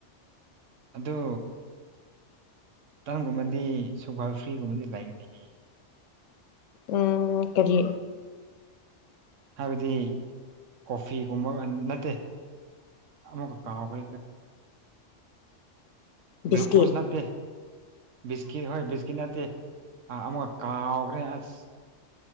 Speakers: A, on the right (about 80°); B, on the left (about 80°).
A: ꯑꯗꯣ ꯇꯪꯒꯨꯝꯕꯗꯤ ꯁꯨꯚꯜ ꯐ꯭ꯔꯤꯒꯨꯝꯕꯗꯤ ꯂꯩꯒꯅꯤ
B: ꯎꯝ ꯀꯔꯤ
A: ꯍꯥꯏꯕꯗꯤ ꯀꯣꯐꯤꯒꯨꯝꯕ ꯅꯠꯇꯦ ꯑꯃꯨꯛꯀ ꯀꯥꯎꯈ
B: ꯕꯤꯁꯀꯤꯠ
A: ꯒ꯭ꯂꯨꯀꯣꯁ ꯅꯠꯇꯦ ꯕꯤꯁꯀꯤꯠ ꯍꯣꯏ ꯕꯤꯁꯀꯤꯠ ꯅꯠꯇꯦꯥ ꯑꯃꯨꯛ ꯀꯥ ꯑꯣꯈ꯭ꯔꯦꯁ